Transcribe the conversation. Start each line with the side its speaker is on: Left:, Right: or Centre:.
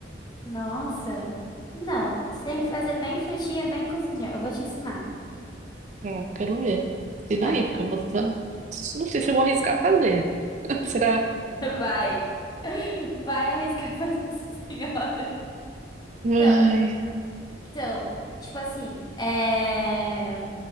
Left: Nossa. Não, você tem que fazer bem fritinha, bem cozidinha. Eu vou te ensinar.
Right: É, quero ver. E
Left: Tá,
Right: aí, porque eu vou. Não sei se eu vou arriscar fazer. <laughs> Será?
Left: <laughs> vai. Vai arriscar <laughs> fazer isso, senhora. Então,
Right: Ai.
Left: Então, tipo assim, é...